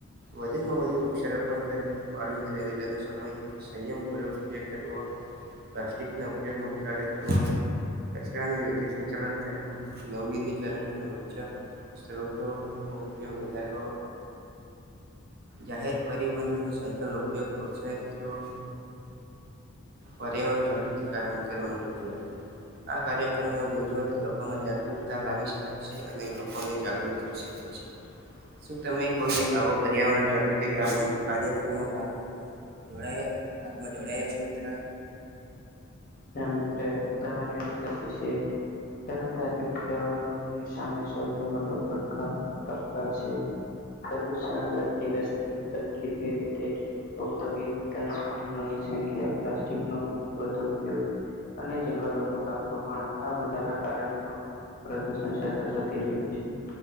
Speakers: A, on the right; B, on the left.
A: વધુમાં વધુ વૃક્ષારોપણ કરવું પાણી અને ઉર્જાનો સમય. સંયમ પૂર્વક ઉપયોગ કરવો, પ્લાસ્ટિક ના ઉપયોગ ઘટાડો કરવો, ઊર્જાનો યોગ્ય સંચાલન કરવું નવીનીકરણ અને ઉર્જા સ્ત્રોતો અને ઉપયોગ વધારે જાહેર પરિવહન અને સાયકલનો ઉપયોગ પ્રોત્સાહિત કરવો. પર્યાવરણ જાગૃતિ કારમ કરે કરમ ઉજવ્યા. આ કાર્યક્રમો યોજવાથી લોકોમાં જાગૃતતા લાવી શકાય છે અને લોકોને જાગૃત કરી શકાય છે.
B: <inaudible>
A: શું તમે કોઈ આવો પર્યાવરણ જાગૃતિ ગ્રામ કાર્યક્રમમાં ભાગ જોડાયા ભાગમાં જોડાયા છે મિત્ર.
B: હા મિત્ર તમારી વાત સાચી છે. પરંતુ આજે પર્યાવરણની સામે સૌથી મોટો પડકાર પડકાર છે. પ્રદૂષણ વતી વસ્તી તમે કીધું તે રીતે. ઔદ્યોગિક વિકાસ સાધનોની સંખ્યા, પ્લાસ્ટિકનો વધુ ઉપયોગ- અને જંગલોનું કાપ પણ આ બધાના કારણે પણ પ્રદુષણ સતત વધી રહ્યું છે